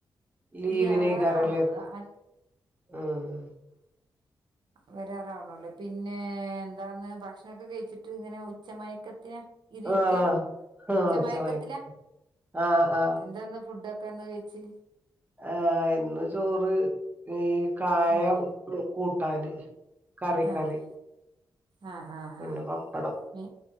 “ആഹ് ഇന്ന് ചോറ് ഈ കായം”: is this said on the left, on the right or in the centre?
Right